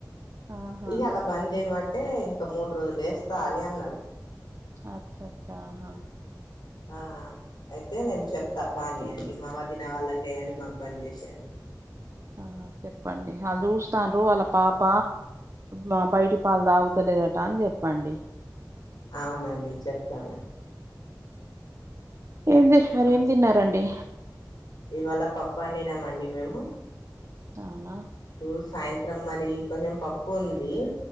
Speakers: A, on the right; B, on the left.
A: ఆహా
B: ఇయ్యాల బంద్ చేయమంటే ఇంక మూడు రోజులు ఏస్తా అని అన్నాడు
A: అచ్చచ్చ హా
B: ఆ అయితే నేను చెప్తా కానీ అండి మా వదిన వాళ్ళకేయండి మాకు బంద్ చేసి అని
A: ఆ చెప్పండి ఆళ్ళు చూస్తాండ్రు వాళ్ళ పాప మా బయటి పాలు తాగుతలేదట అని చెప్పండి
B: అవునండి చెప్తాను
A: ఏం చేష్షారు
B: ఆ
A: ఏం తిన్నారండి
B: ఇవాళ పప్పు అండినామండి మేము
A: అవునా
B: ప్పు సాయంత్రం మరి కొంచెం పప్పు ఉంది